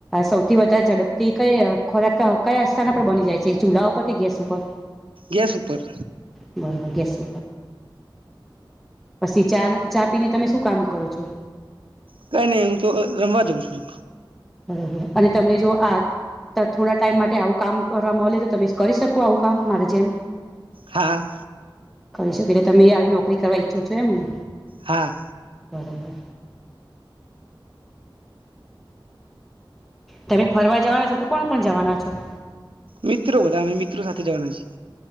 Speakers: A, in the centre; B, on the right.
A: સૌથી વધારે ઝડપથી કંઈ ખોરાક કયા શાના પર બની જાય છે, ચૂલા ઉપર કે ગેસ ઉપર?
B: ગેસ ઉપર.
A: બરોબર ગેસ પછી ચા ને ચા પીને તમે શું કામ કરો છો?
B: કંઈ નઈ એમ તો રમવા જઉં છું.
A: બરોબર અને તમને જો આ ત થોડા ટાઈમ માટે આવું કામ કરવા મલે તો તમે કરી શકો આવું કામ મારે જેમ?
B: હા.
A: કરી શકે એટલે તમે આવી નોકરી કરવા ઈચ્છો છો એમને.
B: હા.
A: બરોબર. તમે ફરવા જાવાના છો તો કોણ કોણ જાવાના છો?
B: મિત્રો બધા અમે મિત્રો સાથે જવાના છી.